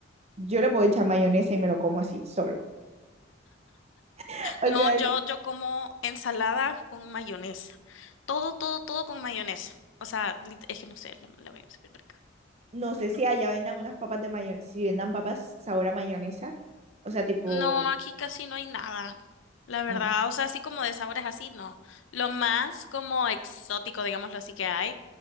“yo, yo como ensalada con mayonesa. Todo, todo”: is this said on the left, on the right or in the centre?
Left